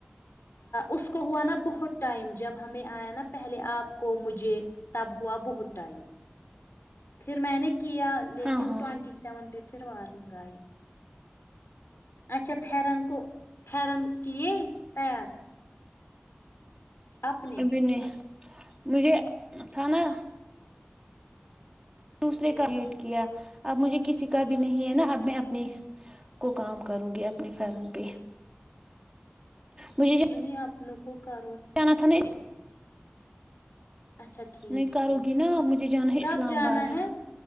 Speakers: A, on the left (about 85°); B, on the right (about 20°).
A: اس کو ہوا نا بہت ٹائم جب ہمیں آیا نا پہلے آپ کو مجھے تب ہوا بہت ٹائم پھر میں نے کیا لیکن
B: ہاں ہاں
A: ٹوونٹی سیون پہ پھر وارننگ آئی اچھا پن کو پن کی تیار اپنے
B: ابھی نہیں مجھے کھانا دوسرے کا رٹ کیا اب مجھے کسی کا بھی نہیں ہے نا اب میں اپنی کو کام کرو گی اپنے فرن پہ مجھے
A: نہیں اپن کو کرو
B: جانا تھا نا
A: اچھا ٹھیک
B: نہیں کار
A: ٹھیک
B: ہوگی نا اب مجھے جانا ہے
A: کب
B: اسلام
A: جانا
B: آباد
A: ہے